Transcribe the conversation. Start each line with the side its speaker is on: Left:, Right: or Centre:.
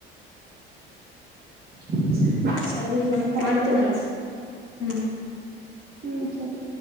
Right: ಹ್ಮ್
Left: ಸರಿ ಮತ್
Right: ಆಯ್ತು
Left: ಮಾಡ್ತೀನಂತ್ ಹ್ಮ್.
Right: ಹ್ಮ್ ಸರಿ